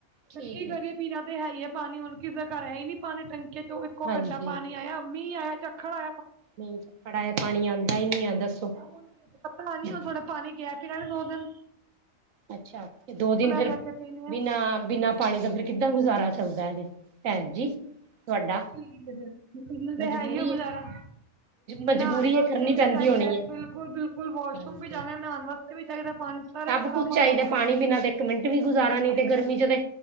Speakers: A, on the right; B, on the right.
A: ਠੀਕ
B: ਫਿਰ ਕੀ ਕਰੀਏ-
A: ਹੈ
B: ਪੀਣਾ ਤੇ ਹੈ। ਹੀ ਹੈ। ਪਾਣੀ ਹੁਣ ਕਿਸੇ ਦੇ ਘਰ ਹੈ। ਹੀ ਨੀ ਪਾਣੀ ਟੈਕੀ ਚੋ ਇਕੋ
A: ਹਾਂਜੀ
B: ਘੰਟਾ ਪਾਣੀ ਆਇਆ ਮੀਹ ਆਇਆ ਚੱਕ ਖੜਾ
A: ਨਹੀਂ ਥੋੜਾ ਪਾਣੀ ਆਉਂਦਾ ਹੀ ਨਹੀਂ ਆ ਦੱਸੋ
B: ਹੁਣ
A: ਜੀ
B: ਇਹ ਗੈਪ ਹੀ ਰਿਹਾ ਥੋੜੇ ਦਿਨ ਪਾਣੀ
A: ਅੱਛਾ ਤੇ ਦੋ ਦਿਨ ਫੇਿਰ
B: ਲੈ ਕੇ ਪੀਣੇ ਆ
A: ਬਿਨਾਂ ਬਿਨਾਂ ਪਾਣੀ ਦਾ ਫਿਰ ਕਿੱਦਾਂ ਗੁਜ਼ਾਰਾ ਚੱਲਦਾ ਇਹ ਦਿਨ ਭੈਣ ਜੀ ਤੁਹਾਡਾ
B: ਕਰਨਾ ਤੇ
A: ਮਜਬੂਰੀ
B: ਹੈ ਹੀ ਗੁਜ਼ਾਰਾ
A: ਮਜਬੂਰੀ
B: ਨਹਾਉਣ ਵਾਸਤੇ
A: ਇਹ ਕਰਨੀ
B: ਵੀ
A: ਪੈਂਦੀ
B: ਚਾਹੀਦਾ
A: ਹੋਣੀ ਹੈ
B: ਬਿਲਕੁਲ ਬਿਲਕੁਲ ਵਾਸ਼ਰੂਮ
A: ਹਾਂਜੀ
B: ਵੀ ਜਾਣਾ ਨਹਾਉਣ ਵਾਸਤੇ ਵੀ ਚਾਹੀਦਾ ਪਾਣੀ ਸਾਰੇ
A: ਸਭ
B: ਕੰਮ
A: ਕੁੱਝ
B: ਵਾਸਤੇ।
A: ਚਾਹੀਦਾ ਪਾਣੀ ਬਿਨਾਂ ਤਾਂ ਇੱਕ ਮਿੰਟ ਵੀ ਗੁਜ਼ਾਰਾ ਨਹੀਂ ਤੇ ਗਰਮੀ ਚ ਤੇ